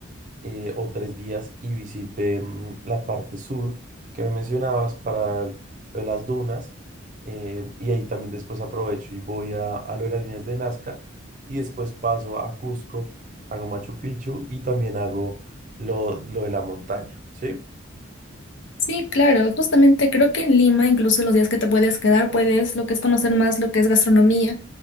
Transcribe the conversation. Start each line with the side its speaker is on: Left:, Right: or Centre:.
Right: eh, o tres días y visité mm, la parte sur que me mencionabas para el- lo de las dunas. eh, y ahí también después aprovecho y voy a, a lo de las líneas de Nazca y después paso a Cusco, hago Machu Picchu y también hago lo, lo de la montaña, ¿sí?
Left: Sí, claro, justamente creo que en Lima, incluso los días que te puedes quedar, puedes lo que es conocer más lo que es gastronomía,